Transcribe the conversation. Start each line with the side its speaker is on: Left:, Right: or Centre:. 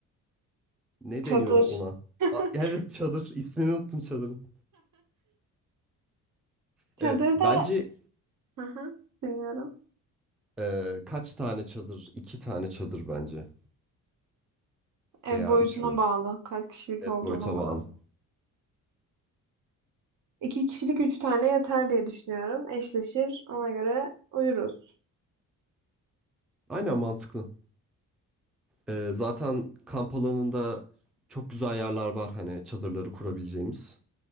Centre: Ne
Right: Çadır.
Centre: deniyor ona?
Right: <laughs>
Centre: Aa, <laughs> evet çadır. İsmini unuttum çadırın.
Right: Çadır
Centre: Evet. Bence
Right: da... Hı hı, Dinliyorum.
Centre: e, kaç tane çadır? İki tane çadır bence.
Right: Ev
Centre: Veya
Right: boyutuna
Centre: üç mü?
Right: bağlı. Kaç kişilik
Centre: Evet
Right: olduğuna
Centre: boyuta
Right: bağlı.
Centre: bağlı.
Right: İki kişilik üç tane yeter diye düşünüyorum. Eşleşir. Ona göre uyuruz.
Centre: Aynen mantıklı. Ee, zaten kamp alanında çok güzel yerler var. Hani çadırları kurabileceğimiz.